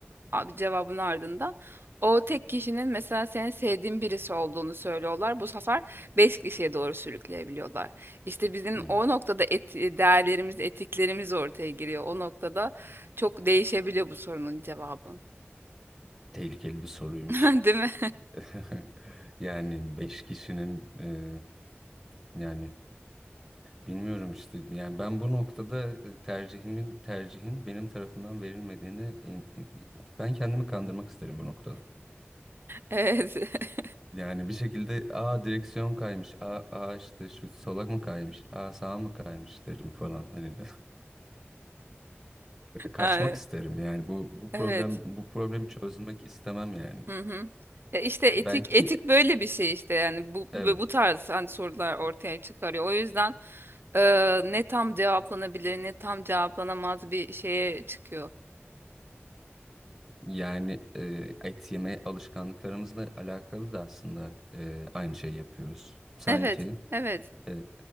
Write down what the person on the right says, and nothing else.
a- cevabın ardından o tek kişinin mesela senin sevdiğin birisi olduğunu söylüyorlar. Bu sefer beş kişiye doğru sürükleyebiliyorlar. İşte bizim
o noktada et, değerlerimiz, etiklerimiz ortaya giriyor. O noktada çok değişebiliyor bu sorunun cevabı.
<laughs> Değil mi?
Evet. <laughs>
Yani,
evet.
Hı hı. Ya işte
etik
etik böyle bir şey işte yani bu
bu bu tarz hani sorular ortaya çıkarıyor. O yüzden e, ne tam cevaplanabilir ne tam cevaplanamaz bir şeye çıkıyor.
Evet. Evet.